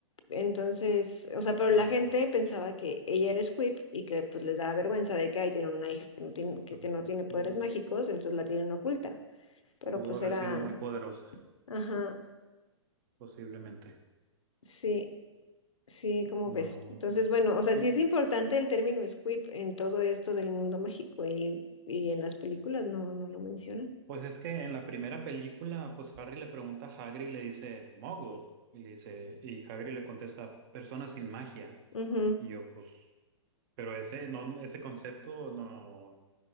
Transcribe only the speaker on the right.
que,
bueno,
mm,
pudo
haber
sido muy poderosa,
posiblemente.
No,
pues,
mm,
pues es que en la primera película, pues Harry le pregunta a Hagrid y le dice Muggle y le dice y Hagrid le contesta persona sin magia
y yo pues, pero ese no ese concepto no